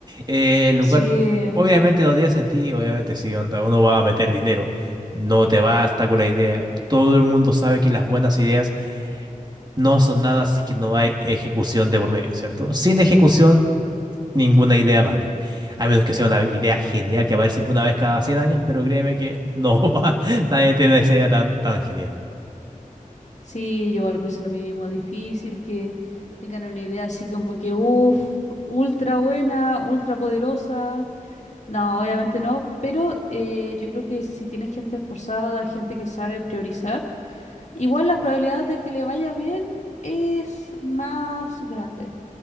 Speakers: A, on the right (about 30°); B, on the left (about 55°).
A: eh, lo
B: Sí.
A: cual obviamente no tiene sentido, obviamente si onda, uno va a meter dinero, no te basta con la idea, todo el mundo sabe que las buenas ideas no son nada si es que no hay ejecución de por medio, ¿cierto? Sin ejecución Ninguna idea vale. A menos que sea una idea genial que aparece una vez cada 100 años, pero créeme que no <laughs> va, nadie tiene esa idea tan, tan genial.
B: Sí, yo igual pienso lo mismo, difícil que tengan una idea así como que, uff, ultra buena, ultra poderosa. No, obviamente no, pero eh, yo creo que si tienes gente esforzada, gente que sabe priorizar, igual las probabilidades de que le vaya bien es más grande.